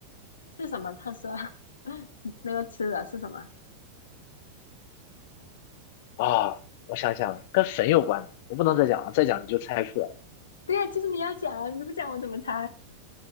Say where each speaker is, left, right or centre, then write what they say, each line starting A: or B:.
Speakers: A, on the left; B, on the left.
A: 是什么特色？<laughs> 那个吃的是什么？
B: 啊。我想想，跟粉有关的，我不能再讲了，再讲你就猜出来了。
A: 对呀，就是你要讲啊，你不讲我怎么猜？